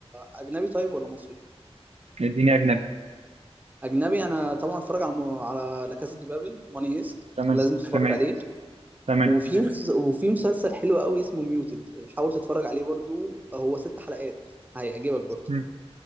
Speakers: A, on the right; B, on the right.
A: اجنبي طيب ولا مصري
B: اديني اجنبي
A: اجنبي انا طبعا اتفرج على على لا كاسا دي بابل ماني هيست
B: تمام
A: لازم تتفرج
B: تمام
A: عليه
B: تمام
A: وفي مس- وفي مسلسل حلو قوي اسمه ميوتد حاول تتفرج عليه برضو هو ست حلقات هيعجبك برضو
B: مم.